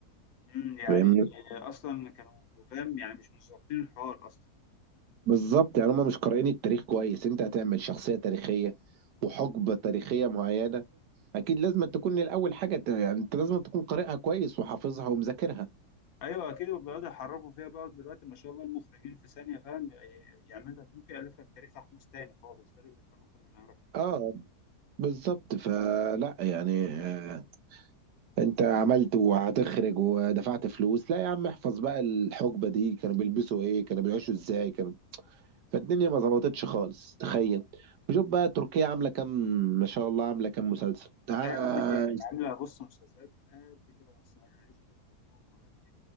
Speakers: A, on the left; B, on the right.
A: امم يعني
B: فاهمني
A: آه، اصلا كانوا فاهم يعني مش مظبطين الحوار اصلا
B: بالظبط يعني هم مش قارئين التاريخ كويس انت هتعمل شخصية تاريخية وحقبة تاريخية معينة أكيد لازم تكون الأول حاجة ت- يعني أنت لازم تكون قارئها كويس وحافظها ومذاكرها
A: ايوه اكيد وبيقعدوا يحرفوا فيها بقى دلوقتي ما شاء الله المخرجين في ثانيه فاهم يعمل لك ممكن يالف لك تاريخ احمس تاني خالص غير اللي كانوا كنا نعرفه
B: اه بالظبط فلا يعني آه، انت عملت وهتخرج ودفعت فلوس لا يا عم احفظ بقى الحقبة دي كانوا بيلبسوا ايه كانوا بيعيشوا ازاي كانوا فالدنيا ما ظبطتش خالص تخيل وشوف بقى تركيا عامله كام ما شاء الله عامله كام مسلسل تع-
A: لا يا عم دي عامله بص مسلسلات قد كده اصلا انا عشت هو ما اعرفش إيه.